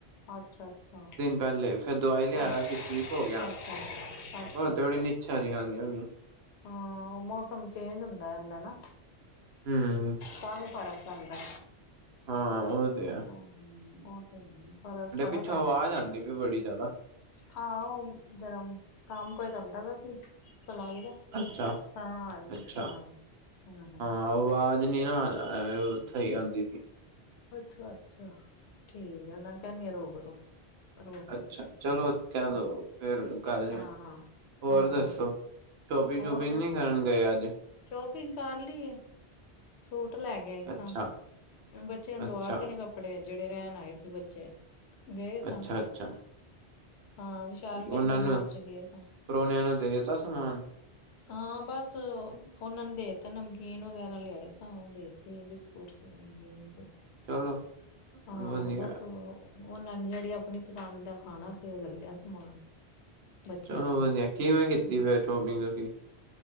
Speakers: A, on the left; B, on the right.
A: ਅੱਛਾ, ਅੱਛਾ।
B: ਪਹਿਲੇ ਫਿਰ ਦਵਾਈ ਲਿਆਇਆ
A: ਅੱਛਾ
B: ਸੀ, ਠੀਕ ਹੋ ਗਿਆ।
A: ਅੱਛਾ ਅੱਛਾ
B: ਹੁਣ
A: ਅੱਛਾ
B: ਥੋੜੀ ਨੀ ਛਾ ਜਈਆਂ ਆਂਦੀਆਂ ਹੁਣੀਆਂ।
A: ਹਾਂ, ਉਹ ਮੌਸਮ ਚੇਂਜ ਹੁੰਦਾ ਰੈਂਦਾ ਨਾ।
B: ਹਂ।
A: ਤਾਂਵੀ ਫਰਕ ਪੈਂਦਾ।
B: ਹਾਂ। ਉਹੀ ਤੇ ਐ।
A: ਹਂ, ਉਹ ਤੇ ਹੈ ਈ ਫਰਕ ਬੜਾ
B: ਪਿੱਛੋਂ
A: ਪੈਂਦਾ।
B: ਆਵਾਜ਼ ਆਉਂਦੀ ਪਈ ਬੜੀ ਜ਼ਿਆਦਾ
A: ਹਾਂ। ਉਹ ਜਨਮ ਕੰਮ ਕੋਈ ਕਰਦਾ ਪੈਆ ਸੀ। ਸਲਾਈ ਦਾ।
B: ਅੱਛਾ
A: ਤਾਂ ਆ ਰੀ
B: ਅੱਛਾ
A: ਐ ਹਾਂ, ਹਂ, ਹਂ।
B: ਹਾਂ ਆਵਾਜ਼ ਨੀ ਨਾ ਅਂ ਸਈ ਆਂਦੀ ਪੀ।
A: ਅੱਛਾ, ਅੱਛਾ ਠੀਕ ਐ, ਮੈਂ ਕਹਿੰਣੀ ਆ ਰੋਕ ਦੋ। ਰੋਕ
B: ਅੱਛਾ।
A: ਦਿੱਤੀ
B: ਚਲੋ ਕੈਅ ਦੋ,
A: ਹਾਂ
B: ਫੇਰ ਗੱਲ ਨੀ
A: ਹਾਂ ਹਾਂ
B: ਹੋਰ
A: ਹਾਂ
B: ਦੱਸੋ।
A: ਹਾਂ
B: ਸ਼ੋਪਿੰਗ-
A: ਹੋਰ
B: ਸੂ਼ਪਿੰਗ ਨ੍ਹੀਂ ਕਰਨ ਗਏ ਅੱਜ।
A: ਸ਼ੋਪਿੰਗ ਕਰ ਲੀ ਏ। ਸੂਟ ਲੈ ਕੇ ਆਈ ਸਾਂ।
B: ਅੱਛਾ
A: ਬੱਚਿਆਂ ਨੂੰ
B: ਅੱਛਾ
A: ਦਵਾ ਤੇ ਨੇ ਕਪ ਕੱਪੜੇ ਜੇੜੇ ਰੈਣ ਆਏ ਸੀ ਬੱਚੇ, ਗਏ ਸਾਂ,
B: ਅੱਛਾ ਅੱਛਾ
A: ਹਾਂ। ਵਿਚਾਲ ਮੇਗਾ
B: ਉਹਨਾਂ
A: ਮਾਟ
B: ਨੂੰ
A: ਚ ਗਏ ਸਾਂ।
B: ਪ੍ਰੋਹਣਿਆਂ ਨੂੰ ਦੇ ਤਾ ਸਮਾਨ
A: ਹਾਂ, ਬਸ। ਉਹਨਾਂ ਨੂੰ ਦੇਤਾ ਨਮਕੀਨ ਵਗੈਰਾ ਲਿਆਏ ਸਾਂ। ਉਹ ਦੇਤੀ ਏ ਬਿਸਕੁਟ ਸੀ ਨਮਕੀਨ ਸੀ।
B: ਚਲੋ
A: ਹਾਂ।
B: ਵਧੀਆ
A: ਬਸ ਉਹ ਉਹਨਾਂ ਨੂੰ ਜੇੜੀ ਆਪਣੀ ਪਸੰਦ ਦਾ ਖਾਣਾ ਸੀ ਉਹ ਲਲਿਆ ਸਮਾਨ। ਬੱਚਿਆਂ
B: ਚਲੋ
A: ਨੇ
B: ਵਧੀਆ। ਕਿਵੇਂ ਕੀਤੀ
A: ਹਾਂ
B: ਫੇਰ ਸ਼ੋਪਿੰਗ ਤੁਸੀਂ,